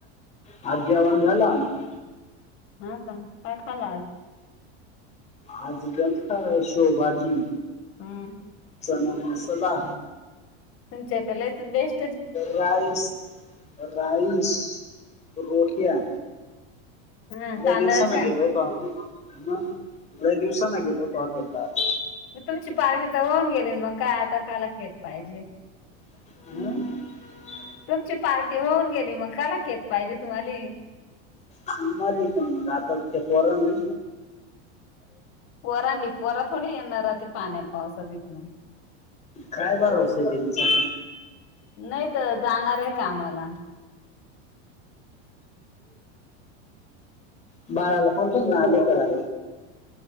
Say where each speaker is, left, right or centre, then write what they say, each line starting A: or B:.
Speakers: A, on the left; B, on the left.
A: आंज जेवणं झालं आमचं
B: हां कां कायं खाल्लं आंज
A: आंज गंण खांल आहे शेवची भांजी
B: हम्मं
A: चनां मसांला
B: तुमच्यांत लईच बेस्टं
A: राईस राईस रो यां
B: हा हा
A: लंय
B: तांदळाच्या
A: दिवसांना गेलतो आम्हीं हंम लंय दिवसांना गेलोतो आम्हीं वाखेतात
B: मंग तुमंची पार्टी तरं होऊंन गेली मंग कायं आतां कायलां केक पाहिजे
A: हम्मं
B: तुमंची पार्टी होंंऊंन गेली मंग कांयले केक पाहिजे तुम्हांले
A: आमझंरी पणं रांत ते पोरंणली
B: पोरांली पोरां थोडी येणांरी पाण्यां पावसाने तिथूंन
A: कायं भरंवसां त्यांचां
B: नाहीं तरं जाणारं आहे कामांला
A: बारांला कोणं तंच नां आले तरं